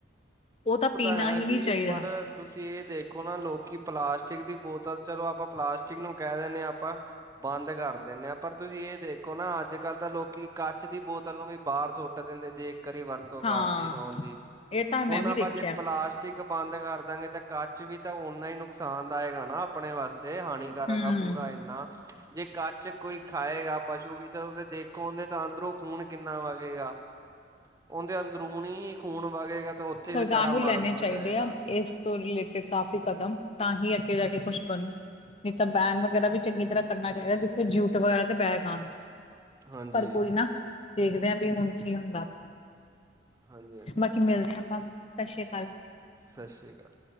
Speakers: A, on the left (about 30°); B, on the right (about 20°).
A: ਉਹ ਤਾਂ ਪੀਣਾ
B: ਹੈ
A: ਹੀ ਨਹੀਂ
B: ਜੀ
A: ਚਾਹੀਦਾ।
B: ਪਰ ਤੁਸੀਂ ਇਹ ਦੇਖੋ ਨਾ ਲੋਕੀ ਪਲਾਸਟਿਕ ਦੀ ਬੋਤਲ ਚਲੋ ਆਪਾਂ ਪਲਾਸਟਿਕ ਨੂੰ ਕਹਿ ਦਿੰਦੇ ਹਾਂ। ਆਪਾਂ ਬੰਦ ਕਰ ਦਿੰਦੇ ਆ। ਪਰ ਤੁਸੀਂ ਇਹ ਦੇਖੋ ਨਾ ਅੱਜ ਕੱਲ੍ਹ ਤਾਂ ਲੋਕੀ ਕੱਚ ਦੀ ਬੋਤਲ ਨੂੰ ਵੀ ਬਾਹਰ ਸੁੱਟ ਦਿੰਦੇ ਜੇ ਇੱਕ ਵਾਰੀ ਵਰਤੋਂ
A: ਹਾਂ
B: ਕਰ ਲਈ ਤਾਂ ਉਹਦੀ।
A: ਇਹ ਤਾਂ ਮੈਂ
B: ਹੁਣ
A: ਵੀ
B: ਆਪਾਂ
A: ਦੇਖਿਆ
B: ਜੇ ਪਲਾਸਟ ਕ ਇੱਕ ਬੰਦ ਕਰ ਦਾਂਗੇ ਤਾਂ ਕੱਚ ਵੀ ਤਾਂ ਓਨਾ ਹੀ ਨੁਕਸਾਨ ਦਾਏਗਾ ਨਾ ਆਪਣੇ ਵਾਸਤੇ ਹਾਣੀ। ਕਰ
A: ਹੂੰ
B: ਹੈਗਾ ਪੂਰਾ ਇੰਨਾ। ਜੇ ਕੱਚ ਕੋਈ ਖਾਏਗਾ। ਪਸ਼ੂ ਵੀ ਅਂਦੇਰੋ ਦੇਖੋਦੇ ਤਾਂ ਅੰਦਰੋਂ ਖੂਨ ਕਿੰਨਾ ਵਗੇਗਾ। ਉਹਦੇ ਅੰਦਰੂਨੀ ਹੀ ਖੂਨ ਵਗੇਗਾ ਤਾਂ ਉੱਥੇ
A: ਸਰਕਾਰ
B: ਹੀ ਵਿਚਾਰਾ
A: ਨੂੰ
B: ਮਰ
A: ਲੈਣੇ
B: ਮੁਰ
A: ਚਾਹੀਦੇ
B: ਜਾਏਗਾ
A: ਆ। ਇਸ ਤੋਂ ਰਿਲੇਟ ਕਾਫ਼ੀ ਕਦਮ ਤਾਂ ਹੀ ਅੱਗੇ ਜਾ ਕੇ ਕੁਛ ਬਣੂ। ਨਹੀਂ ਤਾਂ ਬੈਨ ਵਗੈਰਾ ਵੀ ਚੰਗੀ ਤਰ੍ਹਾਂ ਕਰਨਾ ਚਾਹੀਦਾ। ਜਿੱਥੇ ਜੂਟ ਵਗੈਰਾ ਤੇ ਬੈਗ ਆਉਣ।
B: ਹਾਂਜੀ
A: ਪਰ ਕੋਈ ਨਾ, ਦੇਖਦੇ ਆ ਵੀ ਹੁਣ ਕੀ ਹੁੰਦਾ।
B: ਹਾਂਜੀ ਹਾਂਜੀ
A: ਬਾਕੀ ਮਿਲਦੇ ਹਾਂ ਆਪਾਂ। ਸਤਿ ਸ੍ਰੀ ਅਕਾਲ।
B: ਸਤਿ ਸ਼੍ਰੀ ਅਕਾਲ।